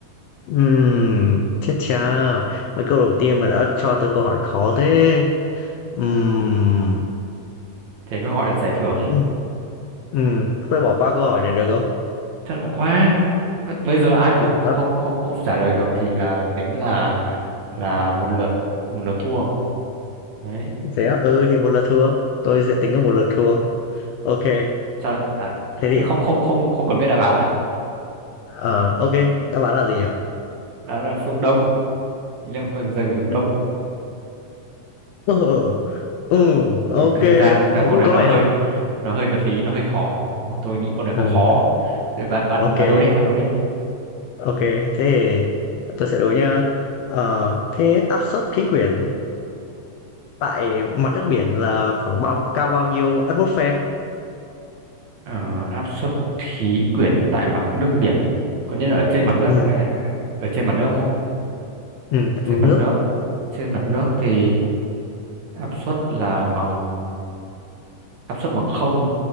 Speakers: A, on the left; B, on the right.
A: Ừm, chết cha, mấy câu đầu tiên mà đã cho tôi câu hỏi khó thế. Ừm,
B: Thế, thế mới gọi là giải thưởng.
A: ừm, ừm, tôi bỏ qua câu hỏi này được không?
B: Thật ổn quá. B- Bây giờ ai
A: Nó
B: mà không
A: cũng đã
B: không không không trả lời được thì là tính là là một lượt một lượt thua. Đấy.
A: thế á? Ừ, thì một lượt thua, tôi sẽ tính là một lượt thua. Ok,
B: Sao đã,
A: thế thì
B: thế không không không không cần biết đáp án à?
A: ờ, ok, đáp án là gì nhỉ?
B: Đó là phương Đông, ý là phương- rơi về hướng Đông.
A: Ừ, ừ, ok,
B: Ừ, thực ra thực ra
A: cũng
B: câu này
A: có
B: nó
A: vẻ
B: hơi
A: hợp.
B: nó hơi vật lý, nó hơi khó. Tôi nghĩ câu này
A: Ừ,
B: cũng khó. Thế bạn bạn
A: ok,
B: bạn đố đi, bạn đố đi.
A: ok, thế thì tôi sẽ đố nhá. Ờ, thế áp suất khí quyển tại mặt nước biển là khoảng bao cao bao nhiêu atmosphere?
B: Ờ, áp suất khí quyển tại mặt nước biển. Có nghĩa là ở trên mặt nước
A: Ừ,
B: à hay là hay- ở trên mặt nước không?
A: ừ, tại
B: trên
A: mực
B: mặt
A: nước.
B: nước trên mặt nước thì áp suất là bằng áp suất bằng không